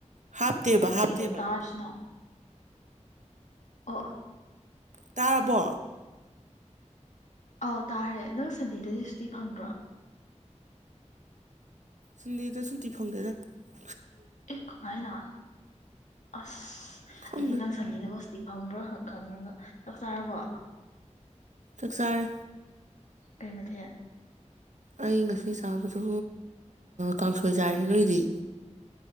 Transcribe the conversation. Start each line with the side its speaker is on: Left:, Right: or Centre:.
Right: ꯍꯥꯞꯇꯦꯕ-
Left: ꯀꯩꯒꯤꯅꯣ
Right: ꯍꯥꯞꯇꯦꯕ꯫
Left: ꯇꯥꯗ꯭ꯔꯤꯁꯤꯅꯣ ꯑꯣ.
Right: ꯇꯥꯔ ꯕꯣ?
Left: ꯑꯥꯎ ꯇꯥꯔꯦ ꯅꯪ ꯁꯟꯗꯦꯗꯗꯤ ꯁꯨꯇꯤ ꯐꯪꯗ꯭ꯔꯣ?
Right: ꯁꯟꯗꯦꯗ ꯁꯨꯇꯤ ꯐꯪꯗꯦꯗ ꯫
Left: ꯑꯦ ꯀꯃꯥꯏꯅ ꯑꯁ
Right: ꯈꯪꯗꯦ
Left: ꯑꯩꯗꯤ ꯅꯪ ꯁꯟꯗꯦꯗ ꯁ ꯁꯤ ꯐꯪꯕ꯭ꯔꯥ ꯈꯪꯈ꯭ꯔꯒ ꯆꯞ ꯆꯥꯔꯕꯣ?
Right: ꯆꯥꯛ ꯆꯥꯔꯦ꯫
Left: ꯀꯩ ꯃꯊꯦꯜ?
Right: ꯑꯩ ꯉꯁꯤ ꯆꯥꯕꯗꯨ ꯀꯥꯡꯁꯣꯏ ꯆꯥꯏꯔꯦ꯫ ꯅꯣꯏꯗꯤ?